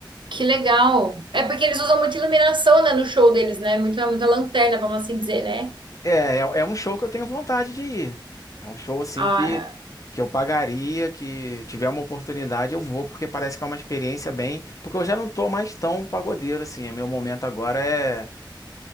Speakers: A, on the right; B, on the left.
A: Que legal. É porque eles usam muita iluminação, né, no show deles, né? Muita, muita lanterna, vamos assim dizer, né?
B: É, é, é um show que eu tenho vontade de ir. É um show assim
A: Ah,
B: que, que eu pagaria, que tiver uma oportunidade eu vou, porque parece que é uma experiência bem. Porque eu já não tô mais tão pagodeiro assim. O meu momento agora é.